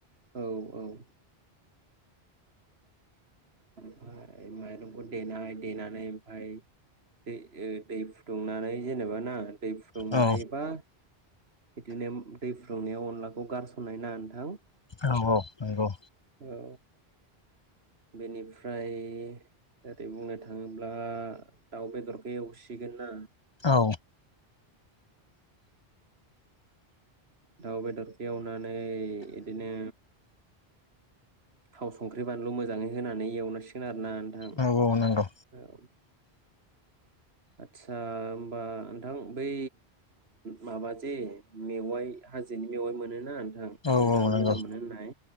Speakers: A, on the right (about 75°); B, on the left (about 35°).
A: औ औ ओमफ्राय माइरंखौ देनाय देनानै ओमफाय दै दै फुदुंनानै जेनेबा ना दै फुंनाय
B: औ
A: बा बिदिनो दै फुंनायाव अनलाखौ गारसननाय ना नोंथां
B: औ औ नंगौ
A: औ बेनिफ्राय ओरै बुंनो थाङोब्ला दाउ बेदरखौ एवसिगोन ना
B: औ
A: दाउ बेदरखौ एवनानै बिदिनो थाव संख्रि बानलु मोजाङै होनानै एवनांसिगोन आरो ना नोंथां
B: औ औ नंगौ
A: औ आथ्सा होमबा नोंथां बै माबा जे मेवाइ हाजोनि मेवाइ मोन ना नोंथां
B: औ
A: नों जानो
B: औ नंगौ
A: मोजां मोनो होननाय